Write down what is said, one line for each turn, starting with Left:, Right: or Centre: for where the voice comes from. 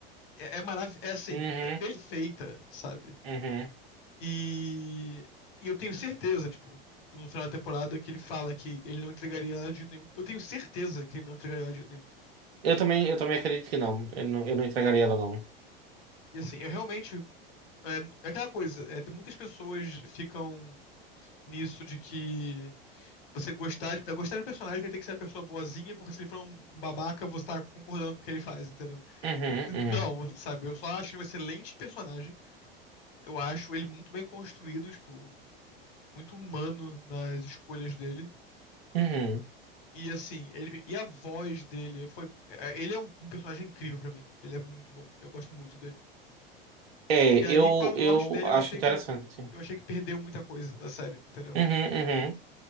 Left: É, é maravilhoso. É assim,
Right: uhum,
Left: é perfeita, sabe?
Right: uhum.
Left: E, e eu tenho certeza, tipo, no final da temporada que ele fala que ele não entregaria ela de nenhum. Eu tenho certeza que ele não entregaria ela de nenhum.
Right: Eu também, eu também acredito que não. Eu não, eu não entregaria ela, não.
Left: E assim, eu realmente. É, é aquela coisa, é, muitas pessoas ficam nisso de que você gostar de, pra gostar de personagem, ele tem que ser uma pessoa boazinha, porque se ele for um babaca, você tá concordando com o que ele faz, entendeu?
Right: Uhum, uhum,
Left: Não, sabe, eu só acho ele um excelente personagem. Eu acho ele muito bem construído, tipo, muito humano nas escolhas dele.
Right: uhum.
Left: E assim, ele e a voz dele foi, é, ele é um personagem incrível pra mim. Ele é muito bom. Eu gosto muito dele.
Right: É,
Left: E aí
Right: eu,
Left: com a morte
Right: eu
Left: dele,
Right: acho
Left: eu achei
Right: interessante.
Left: que
Right: Uhum,
Left: eu achei que perdeu muita coisa da série, entendeu?
Right: uhum.